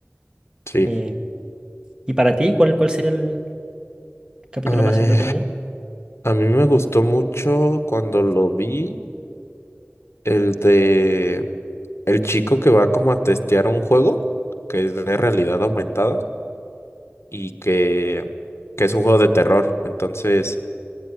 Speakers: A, on the left; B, on the right.
A: Sí.
B: eh, ¿y para ti cuál, cuál sería el capítulo
A: Eh,
B: más entretenido?
A: a mí me gustó mucho cuando lo vi. El de el chico que va como a testear un juego que es de realidad aumentada y que, que es un juego de terror. Entonces,